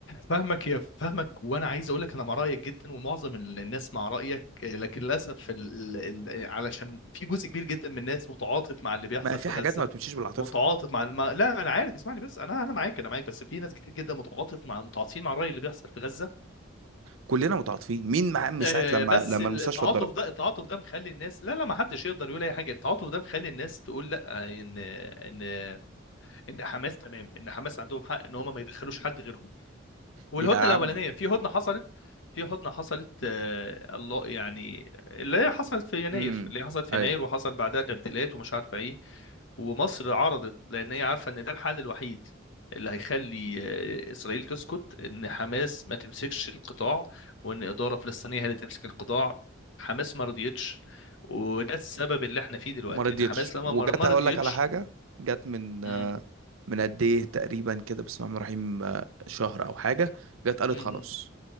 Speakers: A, on the left (about 65°); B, on the right (about 85°).
A: فاهمك يا فاهمك وانا عايز اقول لك انا مع رايك جدا ومعظم ال- الناس مع رايك لكن للاسف ال... ال... علشان في جزء كبير جدا من الناس متعاطف مع اللي بيحصل
B: ما في
A: في
B: حاجات
A: غزه
B: ما بتمشيش بالعاطفه
A: متعاطف مع الم... لا انا عارف اسمعني بس انا انا معاك انا معاك بس في ناس كتير جدا متعاطف مع متعاطفين مع الرأي اللي بيحصل في غزة
B: كلنا متعاطفين مين مع عم
A: آه
B: ساعه لما
A: بس
B: لما
A: التعاطف
B: المستشفى اتضربت
A: ده التعاطف ده مخلي الناس لا لا ما حدش يقدر يقول اي حاجة التعاطف ده مخلي الناس تقول لا ان ان ان حماس تمام ان حماس عندهم حق ان هم ما يدخلوش حد غيرهم والهدنه
B: يا عمي
A: الاولانيه في هدنه حصلت في هدنه حصلت آه الله يعني اللي هي حصلت في يناير
B: امم
A: اللي هي حصلت في
B: ايوه
A: يناير وحصل بعدها تبديلات ومش عارفه ايه ومصر عرضت لان هي عارفه ان ده الحل الوحيد اللي هيخلي آه، اسرائيل تسكت ان حماس ما تمسكش القطاع وان اداره فلسطينيه هي اللي تمسك القطاع حماس ما رضيتش وده السبب اللي احنا فيه دلوقتي
B: ما رضيتش
A: ان حماس لما
B: وجت
A: ما ما
B: اقول
A: رضيتش
B: لك على حاجه جت من
A: مم.
B: من قد ايه تقريبا كده بسم الله الرحمن الرحيم آه، شهر او حاجه جت قالت
A: مم.
B: خلاص